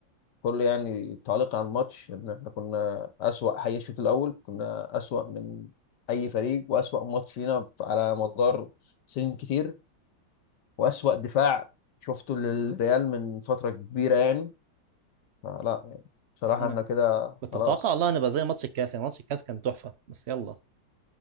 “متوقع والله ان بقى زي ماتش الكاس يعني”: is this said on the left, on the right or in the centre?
Right